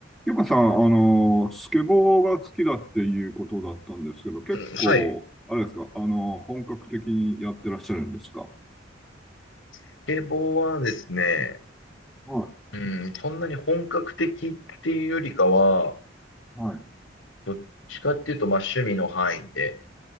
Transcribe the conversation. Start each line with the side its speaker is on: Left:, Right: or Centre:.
Centre: ゆかさん、あの、スケボーが好きだっていうことだったんですけど、結構、
Left: うんはい。
Centre: あれですか、あの、本格的にやってらっしゃるんですか
Left: スケボーはですね、
Centre: は
Left: うん、そんなに本格的っていうよりかは、
Centre: い、はい。
Left: どっちかっていうと、まあ趣味の範囲で、